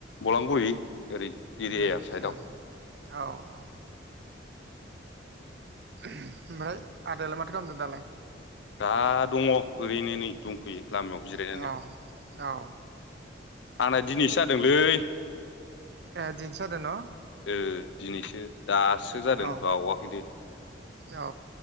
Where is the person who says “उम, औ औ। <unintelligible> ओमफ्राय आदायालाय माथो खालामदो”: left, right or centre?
Right